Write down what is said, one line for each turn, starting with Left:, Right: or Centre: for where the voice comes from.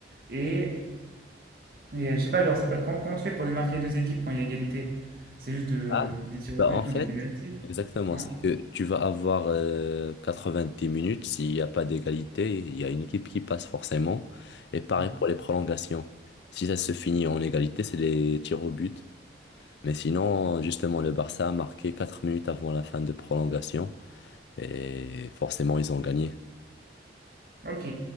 Right: et Et euh, je sais pas, genre, c'est pas comment, comment tu fais pour démarquer les 2 équipes quand il y a égalité? C'est juste de,
Left: Ah,
Right: des tirs
Left: bah
Right: au but
Left: en fait,
Right: ou des pénaltys?
Left: exactement,
Right: Non?
Left: c'est que tu vas avoir euh, 90 minutes, s'il n'y a pas d'égalité, il y a une équipe qui passe forcément. Et pareil
Right: Hmm.
Left: pour les prolongations. Si ça se finit en égalité, c'est les tirs au but. Mais sinon, justement, le Barça a marqué 4 minutes avant la fin de prolongation et forcément, ils ont gagné.
Right: Ok,